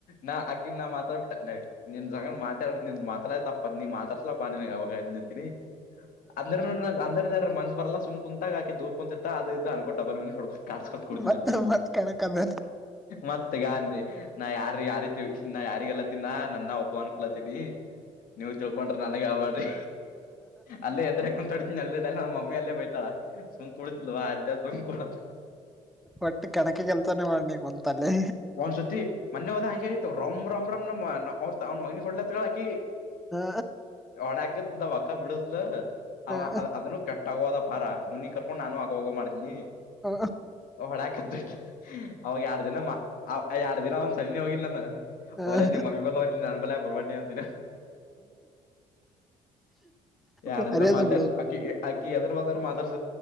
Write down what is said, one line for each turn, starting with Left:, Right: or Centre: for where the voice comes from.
Left: ನಾ ಆಕಿ ನ ಮಾತಾಡ್ ನ ನಿನ್ ಜಗನ್ ಮಾತಾಡೋದು ನಿ ಮಾತಾಡ ತಪ್ಪ ನೀ ಮಾತತ್ರಸಲ ಬಗೆ ಯಾವಾಗ ಹೇಳ್ದಂತೀನಿ ಅ ಅಂದ್ರ ಮನ್ಸ್ ಬರಲ್ಲ ಸು್ ಕುಂತಾಗಾಕಿೂರ್ ಕುಂತಿತ ಅದ ಅನ್ಕೋ ಡಬಲ್ನ್ ನಡ್ಕು ಕಸಕತ್ ಕೊಡ್ತ
Centre: ಮತ್ತ
Left: ನಲ್ಲ
Centre: ಮತ್ ಕಣಕದ
Left: ಮತ್ತೆ ಗಾಿ ನಾ ಯಾರ ಯಾರೀತಿ ನಾ ಯಾರಿಗೆಲ್ಲ ಿನ ನನ್ನ ಒಬ್ಬ ಅನ್ಕೊಲತೀನಿ ನೀವು ತಿಳ್ಕೊಂಡ್ರಿ ನನ್ಗ ಆಬಡ್ರಿ ಅಲ್ಲೇ ಎದ್ರಕೊಂಡ್ ತಡನಿ ಎಲ್ಲಲ್ಲ ನಮ್ಮ ಮಮ್ಮಿ ಅಲ್ಲೇ ಬಯ್ತಾಳ ಸುಂ್ಕ ಕೊಡತಿಲ್ವಾ ಅದ ಸುಂ್ ಕೊಡ
Centre: ಒಟ್ಟಿ ಕಣಕ ಕೆಲ್ಸಾನೇ ಮಾಡನಿ ಕುಂತಲ್ಲಿ
Left: ಒಂದ್ ಸತಿ ಮನೆೆ ಹೋದ ಹಂಗ ಆಗತವ ರಮ್ ರಮ್ ರಮ್ ನಮ್ ಅವ್ರ ಅವ್ನ ಮಗನಿ ಹೊಡ್ಲತ್ಾಕಿ
Centre: ಹಾ
Left: ಒಡಾಕದ ವಕ್ಕ ಬಿಡುದ್ಲು
Centre: ಹ
Left: ಅವ ಅದನ್ನು ಕೆಟ್ಟಗೋದ ಪಾರ ಅವ್ನಿಗೆ ಕರ್ಕೊಂಡ್ ನಾನು ಆಗ ಹೋಗೋ ಮಾಡಿದನಿ
Centre: ಹ
Left: ಹೊಳಾಕತ್ ಅವಾಗ ಯಾರ ದಿನಮ್ಮ ಆ ಯರ ದಿನ ಒಂದ್ ಸಣ್ಣಿ ಹೋಗಿಲ್ಲ ನ
Centre: ಹ
Left: ಹೋಗ್ಲ ನಿಮ್ಮಿ ಬಲ್ಲೋಗ ನನ್ಪಲ್ಲ ಬರ್ಬ ಅಂತಿನ ಎಡು
Centre: ಬಾರಿ
Left: ದಿನ
Centre: ಅದ
Left: ಮಾತಾಡ್
Centre: ಬಿಡು
Left: ಅಕಿ ಅಕ್ಕಿ ಎದ್ರರು ಬದರು ಮಾತಸ